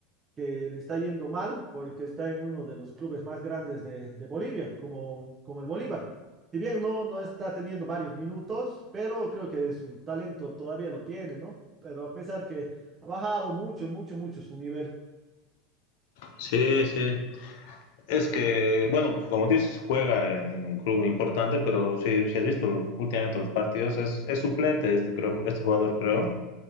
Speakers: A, on the right; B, on the left.
A: que le está yendo mal porque está en uno de los clubes más grandes de, de Bolivia, como, como el Bolívar. Si bien no, no está teniendo varios minutos, pero creo que su talento todavía lo tiene, ¿no? Pero a pesar que ha bajado mucho, mucho, mucho su nivel.
B: Sí, sí. Es que, bueno, como dices, juega en, en un club importante, pero si, si has visto últimamente los partidos, es, es suplente este, creo, este jugador, creo.